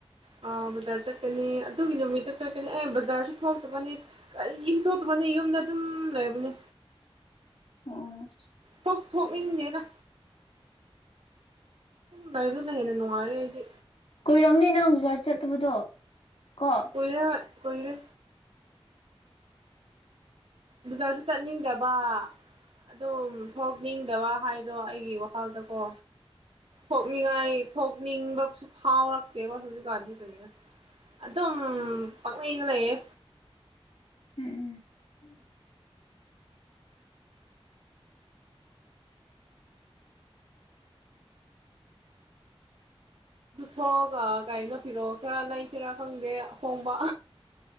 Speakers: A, on the right; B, on the left.
A: ꯑ ꯕꯖꯥꯔ ꯆꯠꯀꯅꯤ ꯑꯗꯨꯒꯤ ꯅꯨꯃꯤꯠꯇ ꯆꯠꯀꯅꯤ ꯑꯦ ꯕꯖꯥꯔꯁꯨ ꯊꯣꯛꯇꯕꯅꯤ ꯀꯔꯤꯁꯨ ꯊꯣꯛꯇꯕꯅꯤ ꯌꯨꯝꯗ ꯑꯗꯨꯝ ꯂꯩꯕꯅꯦ
B: ꯑꯣ
A: ꯊꯣꯛꯁꯨ ꯊꯣꯛꯅꯤꯡꯗꯦꯗ ꯂꯩꯕꯅ ꯍꯦꯟꯅ ꯅꯨꯡꯉꯥꯏꯔꯦ ꯑꯩꯗꯤ
B: ꯀꯨꯏꯔꯝꯅꯤ ꯅꯪ ꯕꯖꯥꯔ ꯆꯠꯇꯕꯗꯣ ꯀꯣ
A: ꯀꯨꯏꯔ ꯀꯨꯏꯔꯦ ꯕꯖꯥꯔꯁꯨ ꯆꯠꯅꯤꯡꯗꯕ ꯑꯗꯨꯝ ꯊꯣꯛꯅꯤꯡꯗꯕ ꯍꯥꯏꯗꯣ ꯑꯩꯒꯤ ꯋꯥꯈꯜꯗꯀꯣ ꯊꯣꯛꯅꯤꯡꯉꯥꯏ ꯊꯣꯛꯅꯤꯡꯕꯁꯨ ꯐꯥꯎꯔꯛꯇꯦꯕ ꯍꯧꯖꯤꯛꯀꯥꯟꯗꯤ ꯍꯧꯖꯤꯛꯀꯥꯟꯗꯤ ꯀꯩꯔꯤꯔꯥ ꯑꯗꯨꯝ ꯄꯛꯂꯩꯗ ꯂꯩꯌꯦ
B: ꯎꯝ ꯎꯝ
A: ꯊꯣꯛꯑꯒ ꯀꯩꯅꯣ ꯐꯤꯔꯣꯜ ꯈꯔ ꯂꯩꯁꯤꯔꯥ ꯈꯪꯗꯦ ꯑꯍꯣꯡꯕ